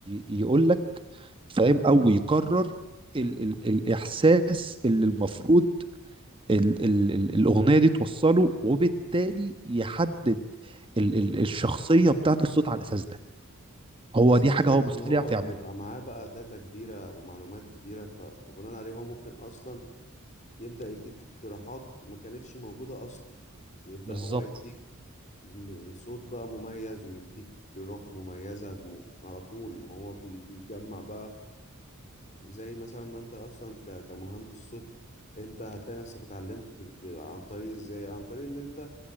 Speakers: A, on the right; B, on the left.
A: يقول لك فاهم او يقرر ال ال الاحساس اللي المفروض ال ال ال الاغنيه دي توصله وبالتالي يحدد ال ال الشخصيه بتاعت الصوت على الاساس ده هو
B: بس
A: دي
B: أنا
A: حاجه
B: شايف
A: هو مستحيل
B: إن هو
A: يعرف يعملها
B: هيبقى معاه بقى داتا كبيرة ومعلومات كبيرة ف... فبناء عليه هو ممكن أصلا يبدأ يديك اقتراحات ما كانتش موجودة أصلا يبدأ
A: بالظبط
B: هو يديك م- صوت بقى مميز ويديك روح مميزة م... على طول وهو بي... بيجمع بقى وزي مثلا ما انت اصلا ك- كمهندس صوت انت هتلاقي نفسك اتعلمت ب- عن طريق ازاي عن طريق ان انت